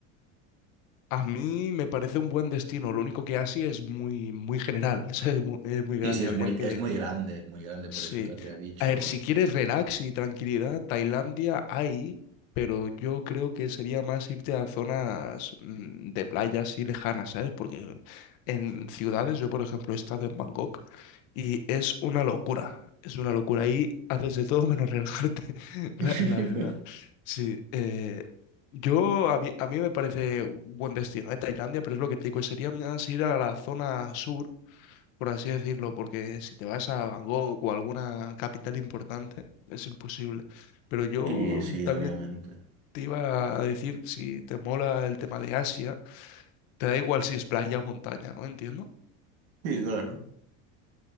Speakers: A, on the left (about 75°); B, on the right (about 80°).
A: A mí me parece un buen destino, lo único que Asia es muy, muy general, <laughs> es muy, es muy grande,
B: Sí, sí, es
A: habría
B: muy,
A: que...
B: es muy grande, muy grande, por
A: Sí.
B: eso te había dicho.
A: A ver, si quieres relax y tranquilidad, Tailandia hay, pero yo creo que sería más irte a zonas mm, de playas así lejanas, ¿sabes? Porque en ciudades, yo por ejemplo he estado en Bangkok y es una locura. Es una locura. Ahí haces de todo menos relajarte, <laughs> la,
B: <laughs>
A: la verdad. Sí. eh, yo, a mí, a mí me parece un buen destino, ¿eh? Tailandia, pero es lo que te digo, sería más ir a la zona sur por así decirlo, porque si te vas a Bangkok o alguna capital importante, es imposible. Pero yo
B: Sí, sí,
A: también
B: obviamente.
A: te iba a decir, si te mola el tema de Asia, te da igual si es playa o montaña, ¿no? Entiendo.
B: Sí, claro.